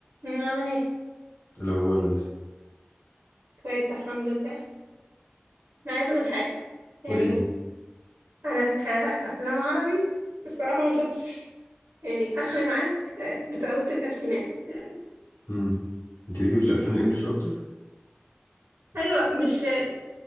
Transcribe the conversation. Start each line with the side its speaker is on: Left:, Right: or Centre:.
Right: أمم، عامل ايه
Left: الأخبار يا نسمة
Right: كويسه الحمد لله انا عايزه اقول حاجه يعني
Left: قولي لي
Right: انا كافلام عربي الصراحه ما شفتش يعني اخري معاك آه، بتاعه الالفينات يعني
Left: امم انت ليكي في الافلام الانجليش اكتر
Right: ايوه مش آه،